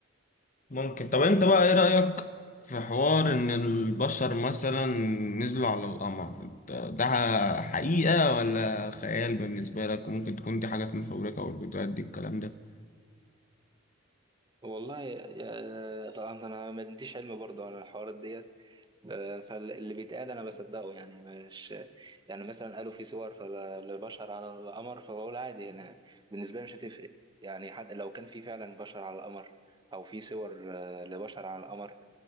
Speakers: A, on the left; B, on the right.
A: ممكن طب انت بقى ايه رايك في حوار ان البشر مثلا نزلوا على القمر انت ده حقيقه ولا خيال بالنسبه لك وممكن تكون دي حاجات مفبركه والفيديوهات دي الكلام ده
B: والله يا- طبعا انا ما عنديش علم برضه عن الحوارات ديت آه، فاللي بيتقال انا بصدقه يعني مش يعني مثلا قالوا في صور فالبشر على القمر فبقول عادي انا بالنسبه لي مش هتفرق يعني حتى لو كان في فعلا بشر على القمر او في صور آه، لبشر على القمر